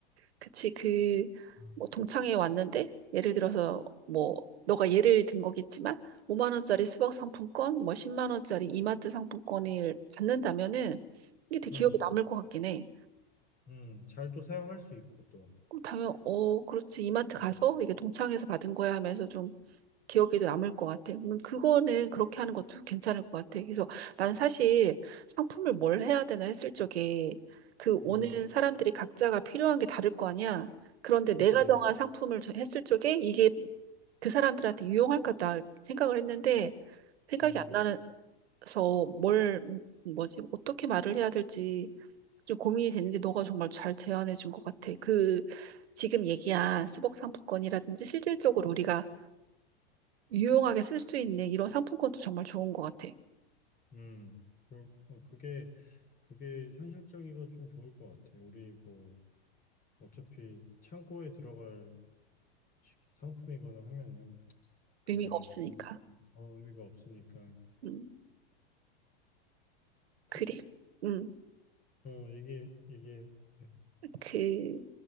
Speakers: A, on the right (about 80°); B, on the left (about 25°).
A: 그치. 그
B: 아,
A: 뭐 동창회 왔는데 예를 들어서 뭐 너가 예를 든 거겠지만 5만 원짜리 스벅 상품권, 뭐 10만 원짜리 이마트 상품권을 받는다면은 이게 되게
B: 음,
A: 기억에 남을 것 같긴 해.
B: 음, 잘 또 사용할 수 있고 또.
A: 그럼 당연, 어, 그렇지. 이마트
B: 음,
A: 가서 이게 동창회에서 받은 거야 하면서 좀 기억에도 남을 것 같아. 그러면 그거는 그렇게 하는 것도 괜찮을 것 같아. 그래서 난 사실 상품을 뭘 해야 되나 했을 적에 그 오는
B: 음,
A: 사람들이 각자가 필요한 게 다를 거 아니야. 그런데 내가
B: 그치.
A: 정한 상품을 저- 했을 적에 이게 그 사람들한테 유용할까 생각을 했는데 생각이
B: 음,
A: 안 나서 뭘, 뭐지, 어떻게 말을 해야 될지 좀 고민이 됐는데 너가 정말 잘 제안해 준 것 같아. 그 지금 얘기한 스벅 상품권이라든지 실질적으로 우리가 유용하게 쓸 수 있는 이런 상품권도 정말 좋은 것 같아.
B: 음. 그럴- 어, 그게, 그게 현실적이고 좀 좋을 것 같아. 우리 뭐, 어차피 창고에 들어갈 시- 상품이거나 하면은 그냥
A: 의미가 없으니까.
B: 좀 아무 의미가 없으니까.
A: 음,
B: 그,
A: 그리, 음.
B: 어, 이게, 이게, 돼.
A: 그,